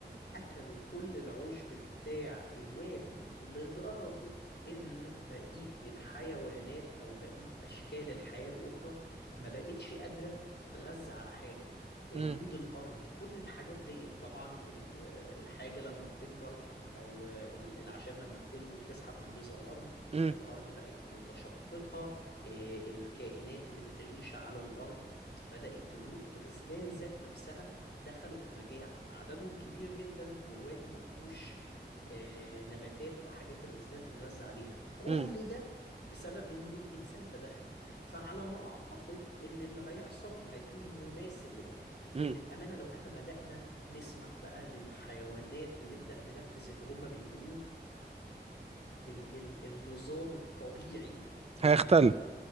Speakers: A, on the left; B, on the right.
A: أكلوا كل العشب بتاع الوادي لدرجة إن بقية الحيوانات أو بقية أشكال الحياة الأخرى ما بقتش قادرة تتغذى على حاجة آه،
B: مم.
A: دود الأرض كل الحاجات دي طبعا ال- آه، الحاجة لما بتكبر أو آه، ال- الأعشاب لما بتنمو بتسحب من غذاء الأرض
B: مم.
A: فالأرض بقت متشققة آه، الكائنات اللي بتعيش على الأرض بدأت تموت الغزلان ذات نفسها دخلوا في مجاعة عددهم كبير جدا والوادي مفهوش آه، نباتات وحاجات الغزلان تتغذى عليها كل
B: مم.
A: ده بسبب ان الانسان تدخل فعلى ما اعتقد ان اللي هيحصل هيكون مماثل لده
B: مم.
A: ان بامانه لو احنا بدانا نسمع بقى للحيوانات ونبدا ننفذ اللي هم بيقولوه ال ال النظام الطبيعي للبيئه
B: هيختل